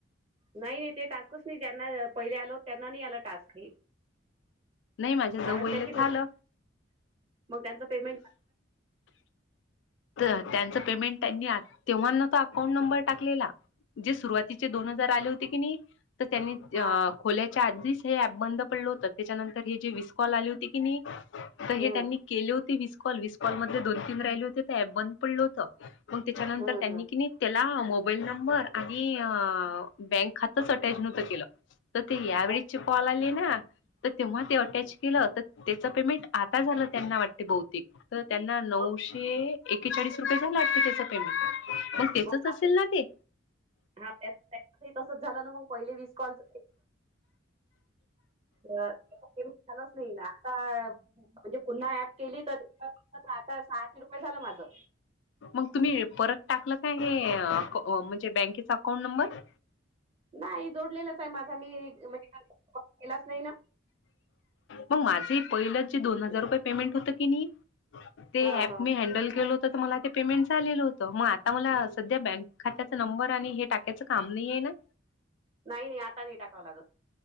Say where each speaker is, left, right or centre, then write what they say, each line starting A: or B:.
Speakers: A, on the right; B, on the left.
A: नाही नाही ते टास्कच नाही ज्यांना पहिले आलो त्यांना नाही आला टास्क हे.
B: नाही माझ्या
A: कारण
B: जाऊबाईला
A: त्यांची कम्प्लीट-मग
B: झालं
A: त्यांचं पेमेंट
B: तर त्यांचं पेमेंट त्यांनी तेव्हाना तो अकाउंट नंबर टाकलेला. जे सुरुवातीचे दोन हजार आले होते की नाही. तर त्यांनी
A: हा
B: खोल्याच्या आधीच हे ऍप बंद पडल होत. त्याच्यानंतर हेे जे वीस कॉल आले होते की नाही तर हे
A: हम्म
B: त्यांनी केले होते वीस कॉल वीस कॉल मध्ये दोन तीन राहिले होते तर ऍप बंद पडलं होतं. मग त्याच्यानंतर
A: हम्म
B: त्यांनी
A: हम्म
B: कि नाही त्याला मोबाईल नंबर आणि बँक खातंच अटॅच नव्हतं केलं. तर ते या वेळेचे
A: आणि
B: कॉल आले ना तर तेव्हा ते अटॅच केलं तर त्याचं पेमेंट आता झालं त्यांना वाटते. बहुतेक तर त्यांना नऊशे
A: मग
B: एकेचाळीस रुपये झाला अस त्याच पेमेंट पण तेचच
A: मग माझंही
B: असेल ना ते.
A: हा त्या त्यांचही तसच झालं ना मग पहिले विस कॉलच त्या पेमेंट झालाच नाही ना. आता म्हणजे पुन्हा ऍप केली तर आता सात आठ सहाशे रुपये झालं माझं.
B: मग तुम्ही परत टाकलं काय हे म्हणजे बँकेचा अकाउंट नंबर?
A: नाही जोडलेलाच आहे माझा मी म्हणजे माझा कॉल केलाच नाही ना.
B: मग माझे पहिलंच जे दोन हजार रुपये पेमेंट होत की नाही. ते
A: हा
B: ऍप
A: हा
B: मी हँडल केल हो मला ते पेमेंट झालेलं होतं. मग आता मला सध्या बँक खात्याचा नंबर आणि हे टाकायचं काम नाही आहे ना.
A: नाही नाही आता नाही टाकावं लागत.